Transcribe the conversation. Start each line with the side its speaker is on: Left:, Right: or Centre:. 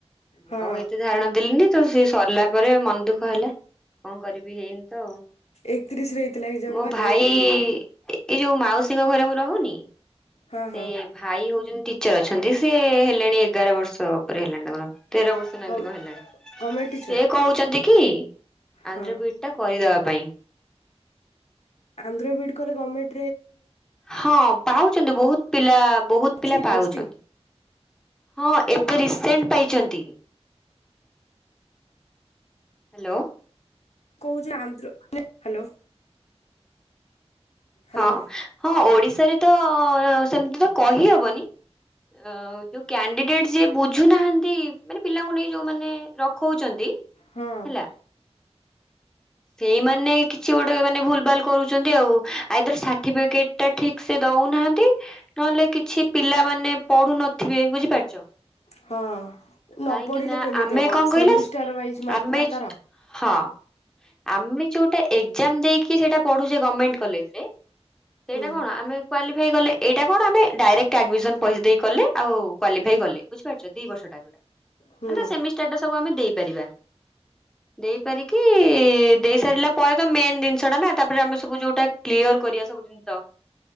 Centre: ମୁଁ
Left: ହଁ
Centre: ଆଉ ଏତେ ଧାରଣା ଦେଲିନି। ତ ସେ ସରିଲା ପରେ ମନ ଦୁଃଖ ହେଲା। କଣ କରିବି ହେଇନି ତ ଆଉ
Left: ଏକତିରିଶରେ ହେଇଥିଲା ଏକ୍ଜାମ
Centre: ମୋ
Left: ବା
Centre: ଭାଇ
Left: ଏକତିରିଶ
Centre: ଏଇ ଯୋଉ ମାଉସୀଙ୍କ ଘରେ ମୁଁ ରହୁନି
Left: ହଁ
Centre: ସେ
Left: ହଁ।
Centre: ଭାଇ ହଉଛନ୍ତି ଟିଚର ଅଛନ୍ତି ସେ ହେଲେଣି ଏଗାର ବର୍ଷ ଉପରେ ହେଲାଣି ତାଙ୍କର ତେର ବର୍ଷ ନା
Left: ଗଭ
Centre: ଏମତି କଣ ହେଲାଣି
Left: ଗଭର୍ଣମେଣ୍ଟ ଟିଚର
Centre: ସେ କହୁଛନ୍ତି କି
Left: ହଁ
Centre: ଆନ୍ଧ୍ର ବି ଇ ଡି ଟା କରିଦବା ପାଇଁ
Left: ଆନ୍ଧ୍ର ବି ଇ ଡି କଲେ ଗମେଣ୍ଟ
Centre: ହଁ ପାଉଛନ୍ତି ବହୁତ ପିଲା ବହୁତ
Left: ଅଛି
Centre: ପିଲା ପାଉଛନ୍ତି।
Left: ପୋଷ୍ଟିଂ
Centre: ହଁ ଏବେ ରିସେଣ୍ଟ ପାଇଛନ୍ତି। ହ୍ୟାଲୋ
Left: କହୁଛି ଆନ୍ଧ୍ର ହ୍ୟାଲୋ। ହ୍ୟାଲୋ
Centre: ହଁ ହଁ ଓଡିଶାରେ ତ ସେମିତି ତ କହିହବନି କ୍ୟାଣ୍ଡିଡେଟ ଯିଏ ବୁଝୁନାହାନ୍ତି ମାନେ ପିଲାଙ୍କୁ ନେଇ ଯୋଉମାନେ ରଖଉଛନ୍ତି
Left: ହଁ
Centre: ହେଲା ସେଇମାନେ କିଛି ଗୋଟେ ମାନେ ଭୁଲ ଭାଲ କରୁଛନ୍ତି ଆଉ ଆଇଦାର ସାର୍ଟିଫିକେଟ ଟା ଠିକ ସେ ଦଉନାହାନ୍ତି ନହେଲେ କିଛି ପିଲାମାନେ ମାନେ ପଢୁ ନଥିବେ ବୁଝିପାରୁଛ।
Left: ହଁ ନ
Centre: କାହିଁକି
Left: ପଢିଲେ
Centre: ନା
Left: କେମିତି
Centre: ଆମେ
Left: ହବ
Centre: କଣ
Left: ସେମିଷ୍ଟର
Centre: କହିଲ
Left: ୱାଇଜ ମାର୍କ
Centre: ଆମେ
Left: ନା ତାର
Centre: ହଁ ଆମେ ଯୋଉଟା ଏକ୍ଜାମ ଦେଇକି ସେଇଟା ପଢୁଛେ ଗଭର୍ଣମେଣ୍ଟ କଲେଜ ରେ ସେଇଟା
Left: ହୁଁ
Centre: କଣ ଆମେ କ୍ୱାଲିଫାଇ କଲେ ଏଇଟା କଣ ଆମେ ଡାଇରେକ୍ଟ ଆଡମିସନ ପଇସା ଦେଇ କଲେ ଆଉ କ୍ୱାଲିଫାଇ କଲେ ବୁଝିପାରୁଛ ଦି ବର୍ଷଟା ଯୋଉଟାେ
Left: ହୁଁ
Centre: ସେମିଷ୍ଟାର ଟା ସବୁ ଆମେ ଦେଇପାରିବା ଦେଇପାରିକି ଦେଇ ସାରିଲା ପରେ ତ ମେନ୍ ଜିନିଷ ଟା ନା ତାପରେ ଆମେ ସବୁ ଯୋଉଟା କ୍ଲିୟର କରିବା ସବୁ ଜିନିଷ